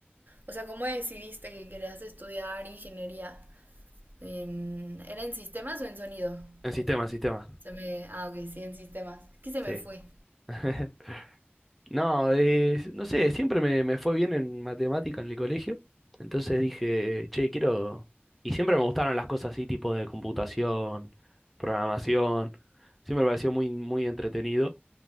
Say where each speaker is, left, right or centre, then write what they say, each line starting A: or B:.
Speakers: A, on the right; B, in the centre.
A: o sea, cómo decidiste que querías estudiar ingeniería? En, ¿era en sistemas o en sonido?
B: En
A: En-
B: sistema, en sistema.
A: se me, ah, ok, sí, en sistemas. Es que se me
B: Sí.
A: fue.
B: <laughs> No, eh, no sé, siempre me, me fue bien en matemática en el colegio. Entonces dije, che, quiero... Y siempre me gustaron las cosas así, tipo de computación, programación. Siempre me pareció muy, muy entretenido.